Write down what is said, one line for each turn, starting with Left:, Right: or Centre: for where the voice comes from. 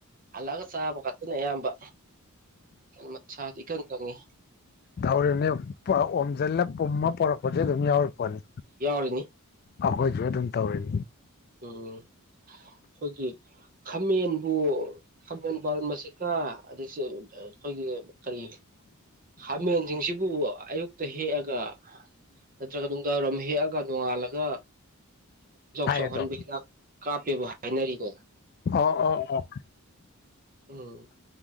Right: ꯍꯜꯂꯛꯑꯒ ꯆꯥꯕ ꯈꯛꯇꯅ ꯑꯌꯥꯝꯕ ꯃꯁꯥꯗꯤ ꯏꯀꯪ ꯈꯪꯉꯤ
Left: ꯇꯧꯔꯤꯕꯅꯤ ꯑꯣꯝꯖꯤꯜꯂ ꯄꯨꯝꯃ ꯄꯣꯔꯛꯄꯁ ꯑꯗꯨꯝ ꯌꯥꯎꯔꯛꯄꯅꯤ
Right: ꯌꯥꯅꯤ
Left: ꯑꯈꯣꯏꯖꯣꯏꯗꯝ ꯇꯧ ꯑꯣꯏꯣꯏ
Right: ꯎꯝ ꯑꯩꯈꯣꯏꯒꯤ ꯈꯥꯃꯦꯟꯕꯨ ꯈꯥꯃꯦꯟ ꯄꯔꯟꯁꯤꯀ ꯑꯗꯩꯁꯤ ꯑꯩꯈꯣꯏꯒꯤ ꯀꯔꯤ ꯍꯥꯃꯦꯟꯁꯤꯡꯁꯤꯕꯨ ꯑꯌꯨꯛꯇ ꯍꯦꯛꯑꯒ ꯅꯠꯇ꯭ꯔꯒ ꯅꯨꯡꯗꯥꯡ ꯋꯥꯏꯔꯝ ꯍꯦꯛꯑꯒ ꯅꯣꯡꯉꯥꯜꯂꯒꯈ
Left: ꯍꯥꯏꯌꯦꯗꯣ
Right: ꯆꯥꯎꯍꯟꯕ ꯍꯤꯗꯥꯛ ꯀꯥꯞꯄꯦꯕꯨ ꯍꯥꯏꯅꯔꯤꯀꯣ
Left: ꯑꯣ ꯑꯣ ꯑꯣ
Right: ꯎꯝ